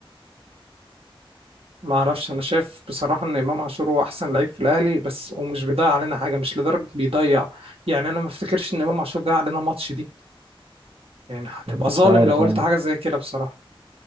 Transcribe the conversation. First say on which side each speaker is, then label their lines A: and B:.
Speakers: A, on the right (about 80°); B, on the right (about 50°).
A: ما اعرفش انا شايف بصراحة ان امام عاشور هو احسن لعيب في الاهلي بس ومش بيضيع علينا حاجة مش لدرجة بيضيع يعني انا ما افتكرش ان امام عاشور ضيع علينا ماتش دي يعني هتبقى
B: مش
A: ظالم
B: عارف
A: لو قلت
B: انا
A: حاجة زي كده بصراحة